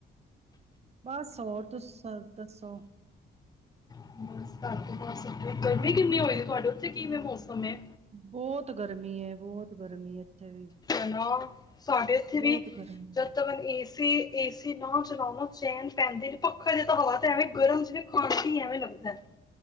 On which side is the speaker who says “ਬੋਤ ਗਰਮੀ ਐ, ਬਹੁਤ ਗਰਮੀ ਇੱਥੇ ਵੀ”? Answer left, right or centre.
Right